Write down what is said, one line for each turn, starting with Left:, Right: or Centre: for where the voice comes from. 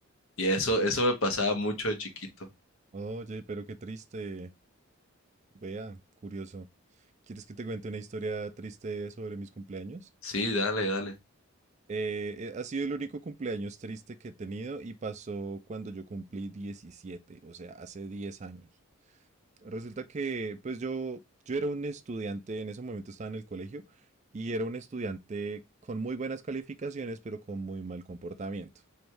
Left: Y eso, eso me pasaba mucho de chiquito.
Right: Oye, pero qué triste. Vea, curioso. ¿Quieres que te cuente una historia triste sobre mis cumpleaños?
Left: Sí, dale, dale.
Right: Eh, eh, ha sido el único cumpleaños triste que he tenido y pasó cuando yo cumplí 17, o sea, hace 10 años. Resulta que, pues yo, yo era un estudiante, en ese momento estaba en el colegio, y era un estudiante con muy buenas calificaciones, pero con muy mal comportamiento.